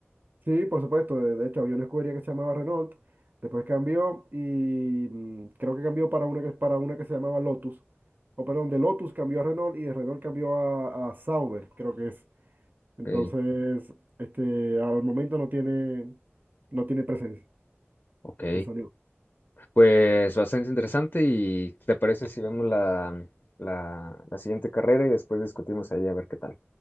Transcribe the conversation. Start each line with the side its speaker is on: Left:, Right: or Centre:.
Right: Sí, por supuesto. De, de hecho, había una escudería que se llamaba Renault, después cambió y mm, creo que cambió para una que, para una que se llamaba Lotus. O perdón, de Lotus cambió a Renault y de Renault cambió a, a Sauber, creo que es. Entonces,
Left: Ok,
Right: este, al momento no tiene, no tiene presencia,
Left: ok.
Right: que salió.
Left: Pues bastante interesante y ¿te parece si vemos la, la, la siguiente carrera y después discutimos ahí a ver qué tal?